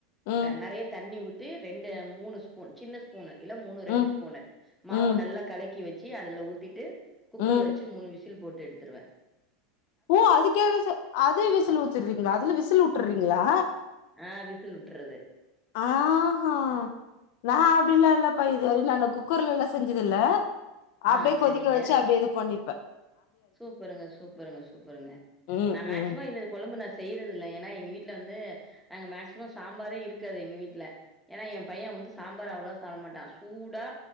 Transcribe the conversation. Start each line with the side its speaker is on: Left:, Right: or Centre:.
Left: ம்
Centre: ந நறைய தண்ணி ஊத்தி ரெண்டு மூணு ஸ்பூன் சின்ன ஸ்பூனு இல்ல மூணு
Left: ம்
Centre: ரெண்டு ஸ்பூன் மாவ
Left: ம்
Centre: நல்லா கலக்கி வச்சு அதுல ஊத்திட்டு குக்கர்ல
Left: ம்
Centre: வ ச்சு மூணு விசில் போட்டு எடுத்துருவேன்
Left: ஓ அதுக்கே விசி அதே விசில் வெச்சுறீங்ளா அதுல விசில் வுட்றீங்ளா
Centre: ஆ விசில் வுட்றது
Left: ஆ ஆ ஆ நா அப்படிலாம் இல்லப்பா இதுவர நான் குக்கர்ல எல்லாம் செஞ்சது இல்ல அப்டியே
Centre: ஆ
Left: கொதிக்க
Centre: செரிங்க
Left: வச்சு அப்டியே இது பண்ணிப்பேன்
Centre: சூப்பருங்க சூப்பருங்க சூப்பருங்க
Left: ம்
Centre: நா மேக்சிமம்
Left: ம்
Centre: இதுல கொழம்பு நா செய்யறது இல்ல ஏன்னா எங்க வீட்ல வந்து நாங்க மேக்சிமம் சாம்பாரே இருக்காது எங்க வீட்ல ஏன்னா என் பையன் வந்து சாம்பார் அவ்ளோவா சாப்ட மாட்டான் சூடா